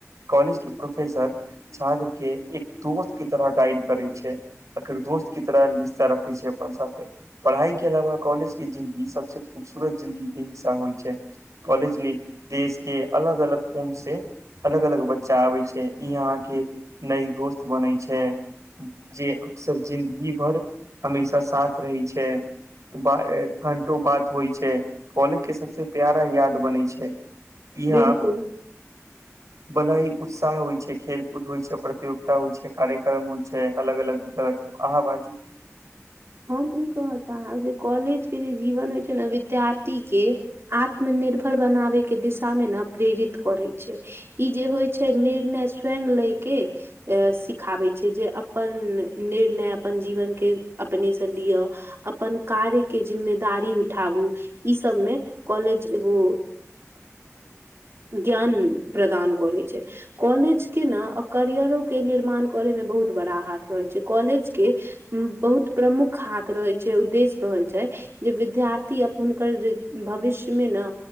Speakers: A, on the right; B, on the right.
A: कॉलेज के प्रोफेसर छात्र के एक दोस्त के तरह गाइड करे छै एकर दोस्त चित्र विस्तार अपै छै अपन साथे पढ़ाई के अलावा कॉलेज के जिन्दगी सभसे खूबसूरत जिंदगी के हिस्सा होई छै कॉलेज ली देश के अलग अलग कोन से। अलग अलग बच्चा आबे छै इ यहा के नई दोस्त बनै छै जे अकसर जिन्दगी भर। हमेशा साथ रहै छै घंडटो बात होई छै कॉलेज के सभसँ प्यारा याद बनै छै यहाँ
B: बिलकुल <inaudible>
A: वाला ही उत्साह होई छै खेल कूद होई छै प्रतियोगिता होई छै कार्यक्रम होई छै अलग अलग तरह के अहाँ बाजू
B: हम ई कहय चाहब जे कॉलेज के जे जीवन होई छै ने विद्यार्थी के आत्म निर्भर बनाबे के दिशा मे ने प्रेरित करै छै इ जे होय छै निर्णय स्वयं लय के सिखाबै छै जे अपन निर्णय अपन जीवन के अपने से लिअ अपन कार्य के जिम्मे। दारी उठाबू ई सभ मे कॉलेज एगो ज्ञान प्रदान करै छै कॉलेज के ने आ करियरो के निर्माण करे मे बहुत बड़ा हाथ रहै छै कॉलेज के बहुत प्रमुख हाथ रहे छै उद्देश्य रहै छै। जे विद्यार्थी अपन हुनकर भविष्यमे न